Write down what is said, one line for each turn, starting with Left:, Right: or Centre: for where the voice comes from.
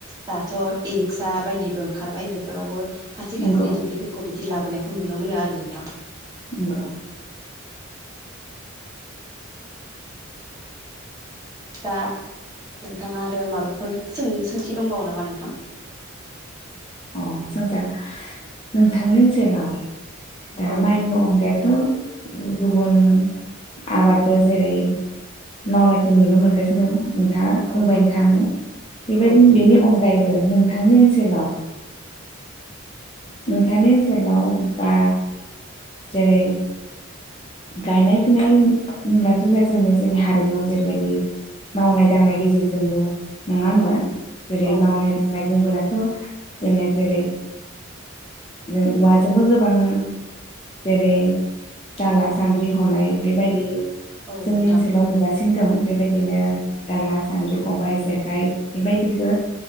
Right: दाथ' इरिक्सा बायदिबो ओंखारबाय बेफोरावबो खाथि
Left: नंगौ
Right: खाथिनि दुब्लिफोरखौ बि बिदि लाबोनायखौ नुनो मोनो आरो नोंथां
Left: नंगौ
Right: दा नोंथाङा आरो माबाफोर सोंनो सोंथि दंबावो नामा नोंथां
Left: अ जोंजों नोंथांनि ओनसोलाव दा
Right: औ
Left: माइनि अनगायै थ' गुबुन आबादबो जेरै मावनायखौ नुनो मोनगासिनो खथा बुंबायखा
Right: औ नोंथां
Left: ओ बेबायदि
Right: औ
Left: बेनि अनगायैबो नोंथांनि ओनसोलाव नोंथांनि ओनसोलाव बा जेरै गायनाय फुनाय होम्लाथ' ज जोंनो जोंनि हारिमु जेरैबायदि मावनाय दांनाय गेजेरजोंबो नङा होमबा
Right: औ
Left: जेरै
Right: औ
Left: मावनाय दांनाय बुंबोला त जेने जेरै जों औवाजोंबो गोबां जेरै दाला सानद्रि हनाय बेबायदि
Right: औ
Left: जोंनि
Right: नोंथां
Left: ओनसोलाव नुगासिनो दं बेबायदिनो दाला सान्द्रि खबाइ जेखाइ बेबायदिखो